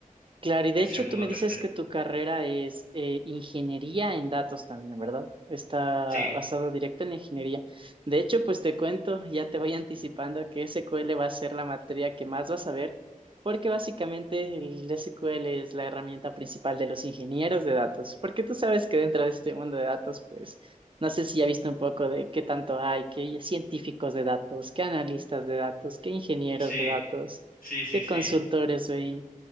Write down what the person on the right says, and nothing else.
Claro, y de
hecho
tú me
dices
que tu carrera es eh, ingeniería en datos también, ¿verdad? Está
basada directo en ingeniería. De hecho, pues te cuento, ya te voy anticipando que SQL va a ser la materia que más vas a ver, porque básicamente el SQL es la herramienta principal de los ingenieros de datos, porque tú sabes que dentro de este mundo de datos, pues no sé si ya viste un poco de qué tanto hay, que hay científicos de datos, qué analistas de datos, qué ingenieros
de datos,
qué
consultores, güey.